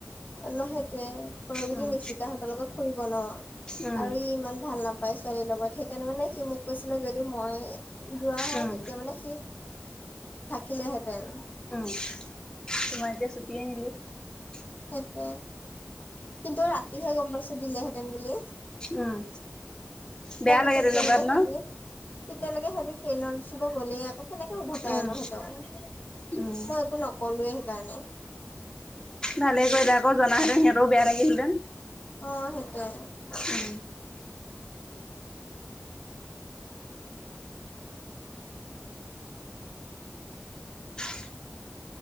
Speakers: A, on the left; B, on the left.
A: ন সেইটোৱে। কৰবিতো
B: উম,
A: নিশ্চিতাহঁতৰ লগত ফুৰিব ন
B: উম,
A: আৰু ই ইমান ভাল নাপ পাই ছোৱালীৰ লগত সেই কাৰনে মানে সি মোক কৈছিলে যদি মই যোৱা হয়।
B: উম,
A: তেতিয়া মানে সি থাকিলেহেঁতেন।
B: উম। তোমাৰ এতিয়া ছুটিয়ে নিদিয়ে।
A: সেইটোয়ে। কিন্তু ৰাতিহে গম পাইছো দিলেহেঁতেন বুলি।
B: উম বেয়া
A: তাকে
B: লাগে
A: তেতিয়ালৈকে
B: তেনেকুৱা ন
A: খেতি তেতিয়ালৈকে খেতি ন শুভ গ'লে আকৌ কেনেকে উভতাইনো
B: উম
A: সেইতক
B: উম
A: মই একো নকলোৱৱে সেইকাৰণে
B: ভালে কৰিলে আকৌ জনাহেতেন সিহঁতও বেয়া লাগিলেঁতেন।
A: অ' সেইটোয়ে।
B: উম <inaudible> <inaudible>